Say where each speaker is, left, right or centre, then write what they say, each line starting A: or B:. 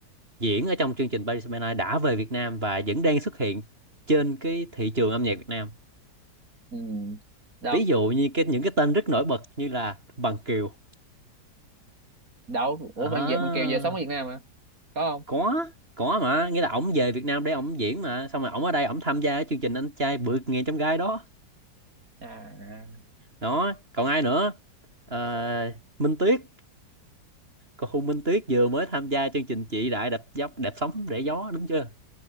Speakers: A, on the right (about 30°); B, on the right (about 50°).
A: diễn ở trong chương trình Paris by Night đã về Việt Nam và vẫn đang xuất hiện trên cái thị trường âm nhạc Việt Nam.
B: ừ đâu
A: Ví dụ như cái những cái tên rất nổi bật như là Bằng Kiều.
B: đâu ủa
A: À.
B: bạn Việt bạn Kiều về sống ở Việt Nam mà có không
A: có có mà nghĩa là ổng về Việt Nam để ổng diễn mà xong rồi ổng ở đây ổng tham gia cái chương trình anh trai vượt ngàn chông gai đó
B: à
A: đó còn ai nữa Ờ, Minh Tuyết cô Hùng Minh Tuyết vừa mới tham gia chương trình chị đại đạp dốc đạp sóng rẽ gió đúng chưa